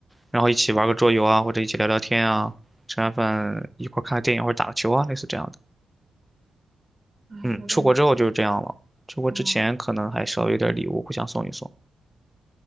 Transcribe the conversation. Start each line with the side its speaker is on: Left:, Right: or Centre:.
Centre: 然后一起玩个桌游啊，或者一起聊聊天啊，吃完饭一块儿看个电影或者打个球啊，类似这样的。
Right: 哎，
Centre: 嗯，
Right: 我感觉，
Centre: 出国之后就是这样了。出国之前可能还稍微有点礼物，
Right: 嗯，
Centre: 互相送一送